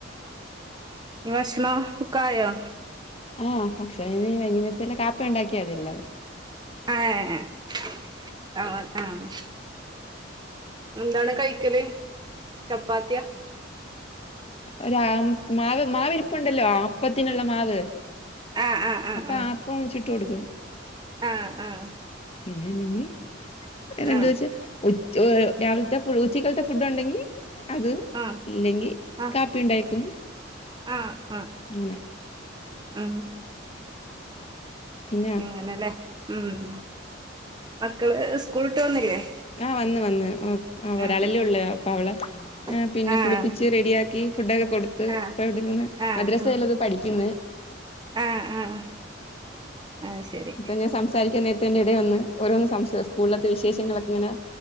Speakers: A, on the right; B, on the left.
A: ഭക്ഷണം കുക്കായോ
B: ആഹ ഭക്ഷണം ഇനി വൈകുന്നേരത്തിലുള്ള കാപ്പി ഉണ്ടാക്കിയ മതിയല്ലോ
A: ആഹ ആ ആ ആഹ എന്താണ് കഴിക്കല് ചപ്പാത്തിയ
B: ഒരാ ആം മാവ് മാവിരിപ്പണ്ടല്ലോ അപ്പത്തിനുള്ള മാവ്
A: ആഹ് ആഹ്
B: അപ്പോ അപ്പംച്ചു കൊടുക്കും
A: ആഹ് ആഹ്
B: പിന്നെ അല്ലെങ്കിൽ പിന്നെ
A: ആഹ്
B: എന്താ വെച്ചാ ചോ രാവിലത്തെ ഫുള്ളും ഉച്ചയ്ക്കത്തെ ഫുഡ് ഉണ്ടെങ്കിൽ. അത്
A: ആഹ്
B: ഇല്ലെങ്കിൽ
A: ആഹ് ആഹ്
B: കാപ്പി ഉണ്ടാക്കും.
A: ആഹ് ആഹ്
B: അങ്ങനെ
A: ആഹ്
B: പിന്നെ
A: അങ്ങനെയല്ലേ ഉം മക്കള് സ്കൂൾ വിട്ടു വന്നില്ലേ.
B: ആഹ് വന്നു വന്നു ഒ ഒരാളല്ലേ
A: ആഹ്
B: ഉള്ളൂ അപ്പോ അവള് മ്മ്
A: ആഹ്
B: പിന്നെ കുളിപ്പിച്ച് റെഡിയാ ക്കി ഫുഡ് ഒക്കെ കൊടുത്ത്
A: ആഹ്
B: ഇപ്പൊ ഇവിടെ ഇരുന്ന്
A: ആഹ്
B: മദ്രസെൽ
A: ആഹ്
B: ഉള്ളത് പഠിക്കുന്നു.
A: ആഹ് ആഹ് അത് ശരി
B: ഇപ്പോൾ ഞാൻ സംസാരിക്കാൻ നേ തിന് ഇടയിൽ വന്ന് ഓരോന്ന് സംസാരി സ്കൂളിലത്തെ വിശേഷങ്ങൾ ഒക്കെ ഇങ്ങനെ